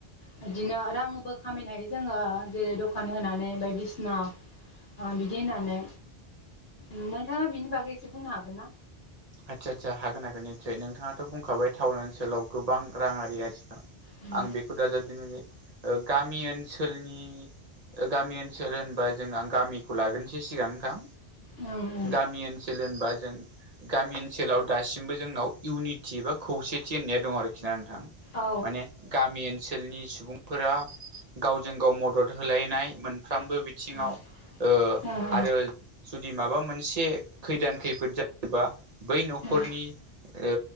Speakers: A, on the left; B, on the right.
A: बिदिनो रांबो खामायनो हायो जोङो जेरै दखान होनानै बायदिसिना आ बिदि होननानै। नोंथाङा बिनि बागै एसे बुंनो हागोन ना।
B: आदसा आदसा हागोन हागोन निसय नोंथाङाबो बुंखाबाय टाउन ओनसोलाव गोबां रांयारि आजि
A: उम
B: आं बेखौ दाजाबदों जे गामि ओन सोलनि गामि ओनसोल होनबा जों गामिखौ लाग्रोसै सिगां नोंथां।
A: उम
B: गामि ओनसोल होनबा जों गामि ओनसोलाव दासिमबो जोंनाव इउनिटि एबा खौसेथि होननाया दं आरखि ना नोंथां।
A: औ
B: माने गामि ओनसोलनि सुबुंफोरा गावजों गाव मदद होलायनाय मोन फ्रामबो बिथिङाव
A: उम
B: ओ
A: उम
B: आरो जुदि माबा मोनसे खैदान खैफोद जायोबा बै न'खरनि
A: उम
B: ओ